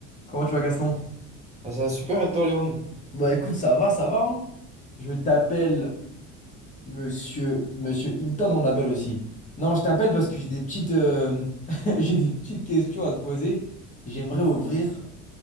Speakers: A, on the left (about 25°); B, on the right (about 20°).
A: Comment tu vas, Gaston?
B: Ah, ça va super, et toi, Léon?
A: Bah écoute, ça va, ça va. hein. Je t'appelle Monsieur Monsieur Hilton, on l'appelle aussi. Non, je t'appelle parce que j'ai des petites euh, <laughs> j'ai des petites questions à te poser. J'aimerais ouvrir